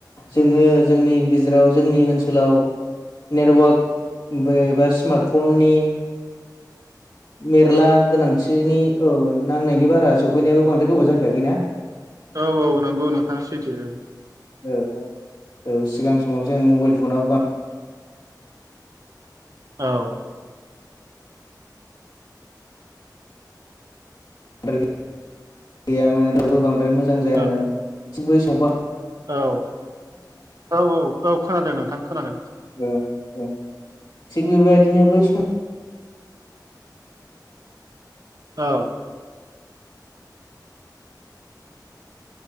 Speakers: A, on the left; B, on the right.
A: जोङो जोंनि गेजेराव जोंनि ओनसोलाव नेटवार्कबो बा स्मार्टफननि मेरला गोनांथिनि औ नांनायनि बारा सफैनायाबो बांद्राय गोबाव जखायाखैना?
B: औ औ नोंगौ नोंथां सैथो औ।
A: औ औ। औ सिगां समाव जों मबाइल फनाबो बा
B: औ।
A: द्राय गैयामोन बांद्राय मोजां जायामोन
B: औ
A: थिक बै स बा
B: औ औ औ औ खोनादों नोंथां खोनादों।
A: ओ ओ थिग बेबायदिनो बै स
B: औ।